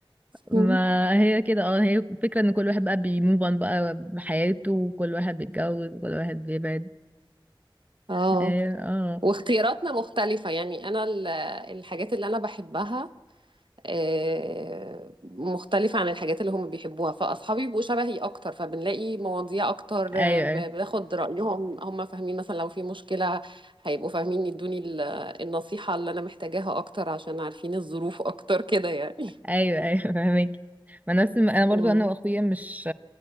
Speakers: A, on the right; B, on the right.
A: ما
B: أمم.
A: هي كده اه هي فكرة ان كل واحد بقى بيموف اون بقى بحياته وكل واحد بيتجوز وكل واحد بيبعد
B: اه
A: ايوه اه
B: واختياراتنا مختلفة يعني أنا ال- الحاجات اللي أنا بحبها آه، مختلفة عن الحاجات اللي هم بيحبوها فأصحابي بيبقوا شبهي أكتر فبنلاقي مواضيع أكتر
A: ايوه
B: آه، ب-
A: ايوه
B: باخد رأيهم هم فاهمين مثلا لو في مشكلة هيبقوا فاهمين يدوني ال- النصيحة اللي أنا محتاجاها أكتر عشان عارفين الظروف أكتر كده يعني
A: ايوه ايوه <laughs> فاهمك ما نفس الم... انا برضو
B: مم.
A: انا واخويا مش